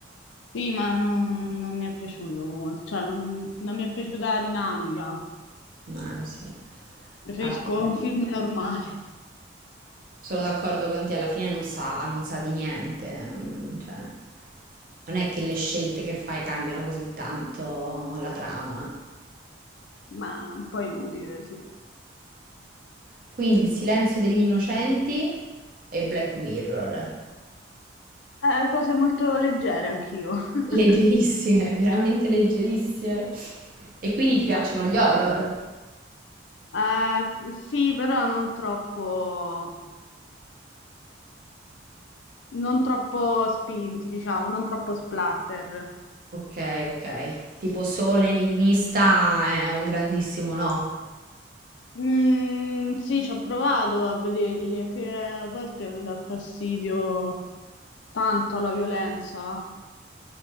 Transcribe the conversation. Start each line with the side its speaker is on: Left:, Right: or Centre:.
Left: Sì, ma non, non mi è piaciuto, molto, cioè non, non mi è piaciuta la dinamica.
Right: No, sì.
Left: Preferisco
Right: Alla fine
Left: un film normale,
Right: sono d'accordo con te, alla fine non sa, non sa di niente. Non, cioè, non è che le scelte che fai cambiano così tanto la trama.
Left: <laughs> ma un po' inutile, sì.
Right: Quindi Il silenzio degli innocenti e Black Mirror.
Left: Eh, cose molto leggere anch'io. <laughs>
Right: Leggerissime, <laughs> veramente leggerissime. E quindi ti piacciono gli horror?
Left: Eh, sì, però non troppo, non troppo spinti, diciamo, non troppo splatter.
Right: Ok, ok. Tipo solo enigmista è un grandissimo no.
Left: Mm, sì, ci ho provato a vederli, è che a volte mi dà fastidio tanto la violenza.